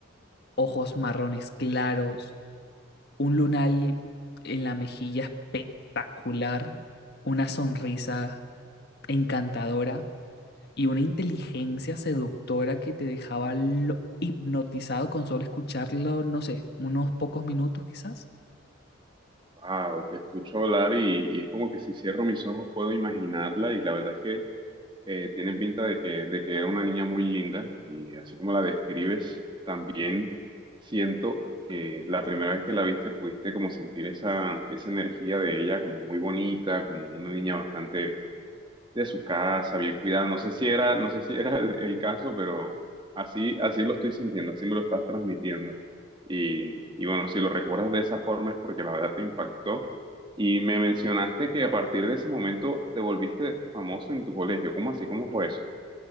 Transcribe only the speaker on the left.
ojos marrones claros, un lunar en la mejilla espectacular, una sonrisa encantadora y una inteligencia seductora que te dejaba lo- hipnotizado con solo escucharlo, no sé, unos pocos minutos quizás.